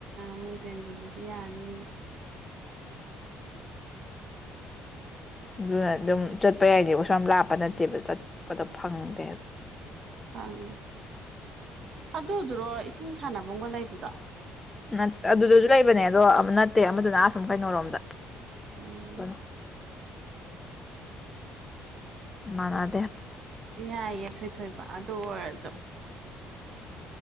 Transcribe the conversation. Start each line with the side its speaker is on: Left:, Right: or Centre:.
Right: ꯃꯨꯡꯖꯦꯟꯒꯤꯗꯨꯗꯤ ꯌꯥꯅꯤꯕ
Left: ꯑꯗꯨꯅ ꯑꯗꯨꯝ ꯆꯠꯄ ꯌꯥꯏꯅꯦꯕ ꯀꯩꯁꯨ ꯌꯥꯝ ꯂꯥꯞꯄ ꯅꯠꯇꯦꯕ ꯆꯠꯄꯗ ꯐꯪꯗꯦ
Right: ꯐꯪꯗꯦ ꯑꯗꯨꯗꯨꯔꯣ ꯏꯁꯤꯡ ꯁꯥꯟꯅꯕꯝꯒ ꯂꯩꯕꯗꯣ
Left: ꯅꯠ ꯑꯗꯨꯗꯁꯨ ꯂꯩꯕꯅꯦ ꯑꯗꯣ ꯅꯠꯇꯦ ꯑꯃꯗꯨꯅ ꯑꯁꯨꯝ ꯀꯩꯅꯣꯔꯣꯝꯗ
Right: ꯎꯝ
Left: <unintelligible> ꯃꯥꯟꯅꯗꯦ
Right: ꯌꯥꯏꯌꯦ ꯊꯣꯏꯊꯣꯏꯕ ꯑꯗꯨ ꯑꯣꯏꯔꯁꯨ